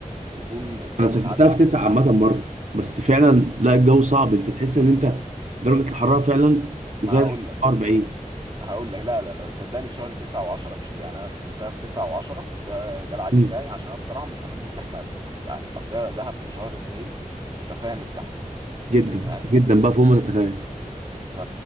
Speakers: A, on the right (about 35°); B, on the right (about 55°).
A: يكون الجو
B: انا سافرتها
A: اتعدل
B: في تسعة
A: سنة
B: عامة
A: كده.
B: مرة بس فعلا لا الجو صعب انت تحس ان انت درجة الحرارة فعلا زادت
A: ما هقول لك
B: 40
A: هقول لك لا لا لا صدقني في شهر تسعة وعشرة مش كده يعني انا سافرتها في تسعة وعشرة ده ده العادي
B: مم.
A: بتاعي عشان انا بصراحة مش بحب الزحمة قوي يعني اصل هي دهب في شهر اتنين انت فاهم الزحمة
B: جدا
A: فاهم
B: جدا بقى فوق ما تتخيل
A: ف...